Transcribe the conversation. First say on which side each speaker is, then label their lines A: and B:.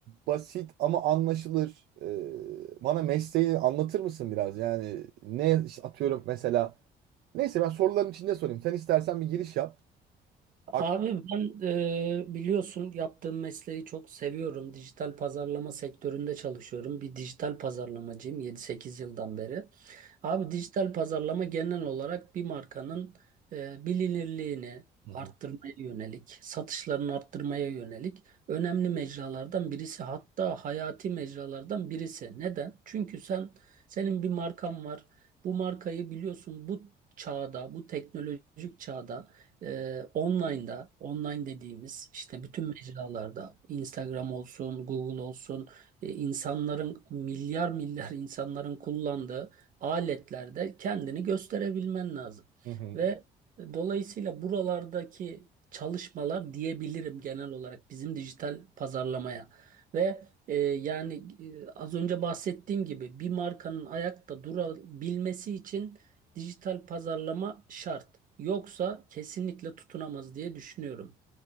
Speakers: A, on the right; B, on the right.
A: basit ama anlaşılır. e, bana mesleğini anlatır mısın biraz? Yani ne işte atıyorum mesela. Neyse ben soruların içinde sorayım. Sen istersen bir giriş yap.
B: Abi
A: Ak-
B: ben e, biliyorsun yaptığım mesleği çok seviyorum. Dijital pazarlama sektöründe çalışıyorum. Bir dijital pazarlamacıyım yedi sekiz yıldan beri. Abi dijital pazarlama genel olarak bir markanın e, bilinirliğini
A: Hı
B: arttırmaya
A: hı.
B: yönelik, satışlarını arttırmaya yönelik önemli mecralardan birisi. Hatta hayati mecralardan birisi. Neden? Çünkü sen senin bir markan var. Bu markayı biliyorsun bu çağda, bu teknolojik çağda ee, online'da, online dediğimiz işte bütün mecralarda, Instagram olsun, Google olsun, e, insanların milyar milyar <laughs> insanların kullandığı aletlerde kendini gösterebilmen lazım.
A: Hı hı.
B: Ve e, dolayısıyla buralardaki çalışmalar diyebilirim genel olarak bizim dijital pazarlamaya. Ve e, yani e, az önce bahsettiğim gibi bir markanın ayakta durabilmesi için dijital pazarlama şart. Yoksa kesinlikle tutunamaz diye düşünüyorum.